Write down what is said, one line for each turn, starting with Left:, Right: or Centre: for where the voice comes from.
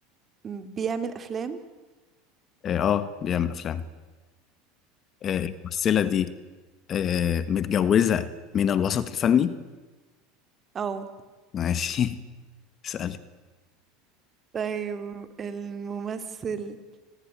Right: بيعمل افلام
Left: اه آه، بيعمل أفلام آه، الممثلة دي آه، متجوزة من الوسط الفني
Right: اه
Left: ماشي <laughs> اسألي
Right: طيب الممثل